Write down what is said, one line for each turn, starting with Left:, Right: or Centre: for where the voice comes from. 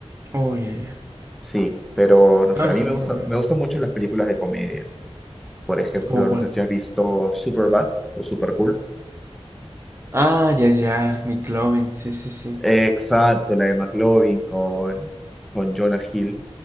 Right: Oh, ya, ya.
Centre: Sí, pero no
Right: No,
Centre: sé, a
Right: sin
Centre: mí me gusta,
Right: problema.
Centre: me gustan mucho las películas de comedia. Por ejemplo,
Right: ¿Cómo cuál?
Centre: no sé si has visto Superbad o Supercool.
Right: Ah, ya, ya. McLovin. Sí, sí, sí.
Centre: Exacto, la de McLovin con, con Jonah Hill.